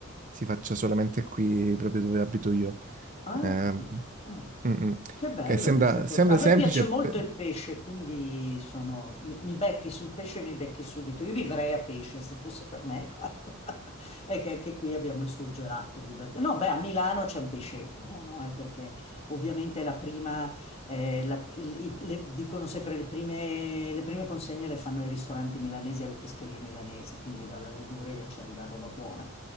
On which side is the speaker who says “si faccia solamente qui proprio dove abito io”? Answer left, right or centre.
Right